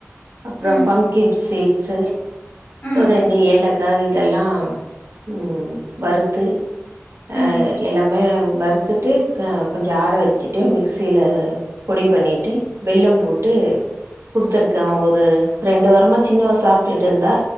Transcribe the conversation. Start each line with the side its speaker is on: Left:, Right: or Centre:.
Right: அப்புற
Left: ம்
Right: <unintelligible> சீட்ஸு
Left: ம்
Right: ஒ ரெண்டு ஏலக்கா இதெல்லா ம் வறுத்து அ
Left: ம்
Right: எல்லாமே வறுத்துட்டு க கொ ஜார வெச்சிட்டு மிக்சில பொடி பண்ணிட்டு வெல்லம் போட்டு குடுத்ருக்கே ஒரு ரெண்டு வாரமா சின்னவ சாப்ட்டுட்டுந்தா